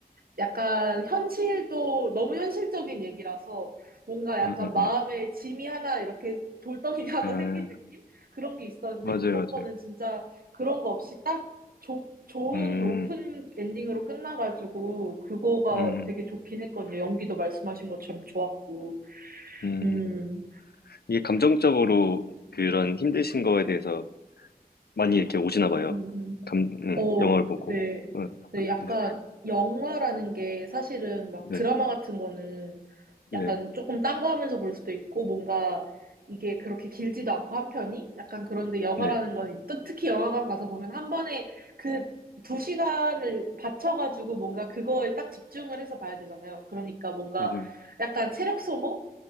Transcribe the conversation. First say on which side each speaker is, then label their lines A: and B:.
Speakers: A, on the right; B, on the left.
A: 약간 현실도 너무 현실적인 얘기라서 뭔가 약간
B: 음, 음,
A: 마음에
B: 음.
A: 짐이 하나 이렇게 돌덩이가 하나
B: 에,
A: 생긴 느낌? 그런 게 있었는데
B: 맞아요,
A: 이번
B: 맞아요.
A: 거는 진짜 그런 거 없이 딱 좋 좋은
B: 음,
A: 오픈 엔딩으로 끝나가지고 그거가
B: 음,
A: 되게 좋긴 했거든요. 연기도 말씀하신 것처럼 좋았고.
B: 음.
A: 음,
B: 이게 감정적으로 그런 힘드신 거에 대해서 많이 이렇게 오시나 봐요.
A: 음, 음, 음.
B: 감, 음,
A: 어,
B: 영화를 보고.
A: 네.
B: 어,
A: 네, 약간
B: 네,
A: 영화라는 게 사실은 막
B: 네,
A: 드라마 같은 거는
B: 네,
A: 약간 조금 딴 거 하면서 볼 수도 있고 뭔가 이게 그렇게 길지도 않고 한 편이 약간 그런데 영화라는
B: 네.
A: 건 또 특히 영화관 가서 보면 한 번에 그 두 시간을 바쳐가지고 뭔가 그거에 딱 집중을 해서 봐야 되잖아요. 그러니까 뭔가
B: 맞아요,
A: 약간 체력 소모?